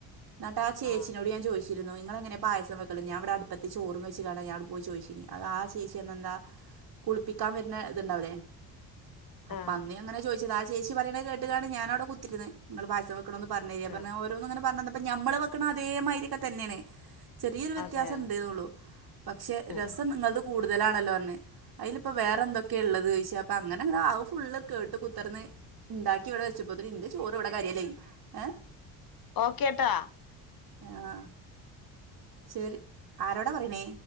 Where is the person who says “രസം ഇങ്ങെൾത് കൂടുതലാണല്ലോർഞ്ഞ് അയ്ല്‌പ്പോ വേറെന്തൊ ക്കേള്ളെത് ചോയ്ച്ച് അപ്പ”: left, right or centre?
Right